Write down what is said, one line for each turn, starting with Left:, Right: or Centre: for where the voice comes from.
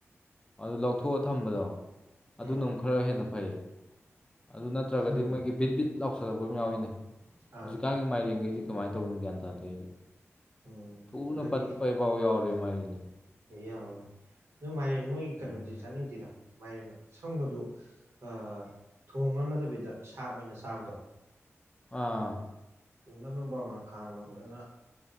Left: ꯑꯗꯨ ꯂꯧꯊꯣꯛꯑ ꯊꯝꯕꯗꯣ ꯑꯗꯨꯅꯛ
Right: ꯎꯝ
Left: ꯈꯔ ꯍꯦꯟꯅ ꯐꯩꯌꯦ ꯑꯗꯨ ꯅꯠꯇ꯭ꯔꯒꯗꯤ
Right: ꯎꯝ
Left: ꯃꯣꯏꯒꯤ ꯕꯤꯠ ꯕꯤꯠ ꯂꯥꯎꯁꯜꯂꯛꯄ ꯑꯃ ꯌꯥꯎꯏꯤꯅꯦ
Right: ꯑꯥ
Left: ꯍꯧꯖꯤꯛꯀꯥꯟꯒꯤ ꯃꯥꯏꯔꯦꯡꯈꯩꯁꯤ ꯀꯃꯥꯏꯅ ꯇꯧꯗꯅꯣ ꯒ꯭ꯌꯥꯟ ꯇꯥꯗꯦ ꯑꯩꯁꯨ
Right: ꯎꯝ
Left: ꯊꯨꯅ
Right: ꯑꯗꯒꯤ
Left: ꯄꯠꯄꯩꯐꯥꯎ ꯌꯥꯎꯔꯦ ꯃꯥꯒꯤꯅꯦ
Right: ꯑꯦ ꯌꯥꯎꯋꯦ ꯌꯥꯎꯋꯦ ꯑꯗꯨ ꯃꯦꯟ ꯃꯣꯏꯒꯤ ꯀꯩꯅꯣꯗꯤ
Left: ꯎꯝ
Right: ꯆꯥꯅꯤꯡꯗꯦꯗ ꯃꯥꯏꯅ ꯑꯁꯪꯕꯗꯨ ꯑ ꯊꯣꯡ ꯉꯥꯡꯅꯗꯕꯤꯗ ꯁꯥꯥꯛ ꯑꯣꯏꯅ ꯆꯥꯕꯗꯣ
Left: ꯑꯥ
Right: ꯅꯞꯅꯞ ꯂꯥꯎꯅ ꯈꯥꯡꯅ ꯐꯖꯅ